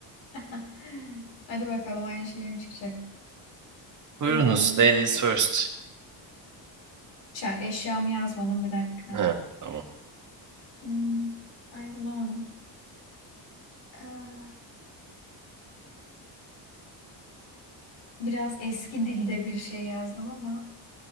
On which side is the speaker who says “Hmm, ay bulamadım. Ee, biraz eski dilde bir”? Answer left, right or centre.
Left